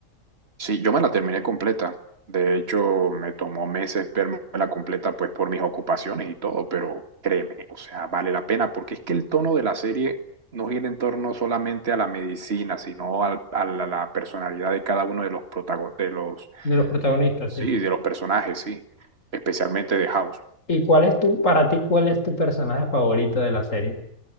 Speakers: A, on the right (about 45°); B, on the left (about 60°).
A: Sí, yo me la terminé completa. De hecho, me tomó meses verme la completa, pues por mis ocupaciones y todo, pero créeme, o sea, vale la pena, porque es que el tono de la serie no gira en torno solamente a la medicina, sino al- a la, la personalidad de cada uno de los protago- de los,
B: De los protagonistas,
A: sí,
B: sí.
A: de los personajes, sí, especialmente de House.
B: ¿Y cuál es tu, para ti, cuál es tu personaje favorito de la serie?